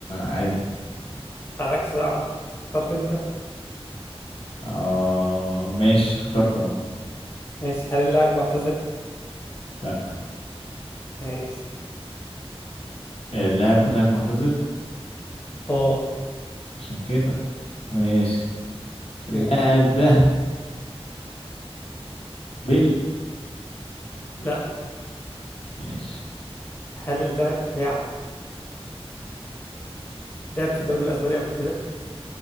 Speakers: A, on the left; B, on the left.
A: عادي
B: مالكش دعوة اخترت انت
A: اه ماشي اخترت اه
B: ماشي هل اللاعب معتزل؟
A: لا
B: ماشي
A: اللاعب بتاعك معتزل
B: اه
A: عشان كده ماشي اللاعب
B: ماشي
A: ده بيل
B: لا
A: ماشي
B: هل اللاعب بتاعك لعب في الدوري الأسباني قبل كده؟